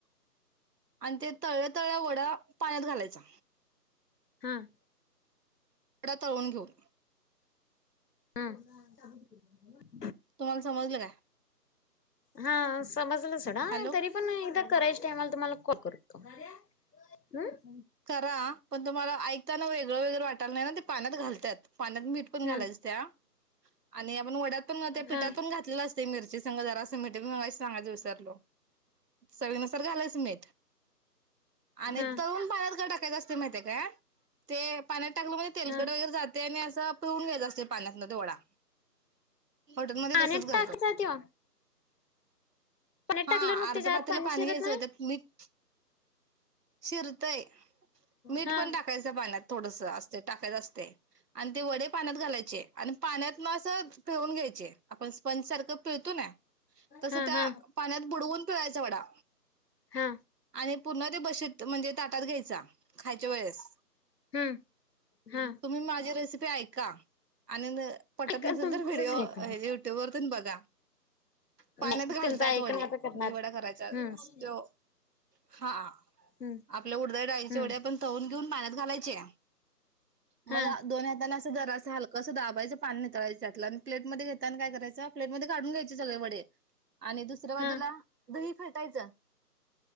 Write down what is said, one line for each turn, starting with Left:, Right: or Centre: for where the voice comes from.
Right: आणि ते तळ्या तळ्या वडं पाण्यात घालायचं
Left: हम
Right: वडा तळून घेऊन
Left: हम्
Right: तुम्हाला समजलं काय
Left: हा समजलं सोडा
Right: हॅलो
Left: तरी पण एकदा करायच्या टाइमला तुम्हाला कॉल करू हम्
Right: करा पण तुम्हाला ऐकताना वेगळं वगैरे वाटालं नाही ना ते पाण्यात घालत्यात पाण्यात मीठ पण घालायचं
Left: हा
Right: त्या आणि पण वड्यात पण मग त्या पीठात
Left: हा
Right: पण घातलेलं असतंय मिरची संग जरासं मिठ मगाशी सांगायचं विसरलो चवीनुसार घालायचं मीठ आणि
Left: हा
Right: तळूण पाण्यात का टाकायचं असतंय माहिती आहे काय ते पाण्यात टाकलं कनी तेलकट
Left: हा
Right: वगैरे जातंय आणि असं पिळून घ्यायचं असतंय पाण्यातनं तो वडा हॉटेलमध्ये
Left: पाण्यात
Right: तसंच करतात
Left: टाकायचा त्यो पाण्यात
Right: हा
Left: टाकल्यावर मग
Right: आर्ध
Left: त्याच्या
Right: पातेलं
Left: आत
Right: पाणी
Left: शिरत
Right: घ्यायचं
Left: नाही
Right: त्यात मीठ शिरतय मीठ
Left: हा
Right: पण टाकायचं त्या पाण्यात थोडंसं असतंय टाकायचं असतंय आणि ते वडे पाण्यात घालायचे आणि पाण्यात मग अस पिळून घ्यायचे आपण स्पंजसारखं पिळतो ना तस
Left: हा
Right: त्या
Left: हा
Right: पाण्यात बुडवून पिळायचा वडा
Left: हा
Right: आणि पूर्ण ते बशीत म्हणजे ताटात घ्यायचा खायच्या वेळेस
Left: हम्म हा
Right: तुम्ही माझी रेसिपी ऐका आणि पटत
Left: ऐका
Right: नसेल
Left: तुमचंच
Right: तर व्हिडिओ
Left: ऐकून
Right: हे युट्यूबवर तेन बघा पाण्यात
Left: नाही
Right: घालतात
Left: तुमचं ऐकून
Right: वडे
Left: आता करणार
Right: दहीवडा करायचा
Left: हम्म
Right: असं तो हा
Left: हम्म
Right: आपल्या उडदा डाळीचे
Left: हम्म
Right: वडे आपण तळून घेऊन पाण्यात घालायचे
Left: हा
Right: मग दोन्ही हातानी अस जरासं हलकं सं दाबायचं पाणी नितळायं त्यातलं आणि प्लेट मध्ये घेताना काय करायचं प्लेट मध्ये काढून घ्यायचे सगळे वडे आणि दुसऱ्या बाजूला
Left: हा
Right: दही फेटायचं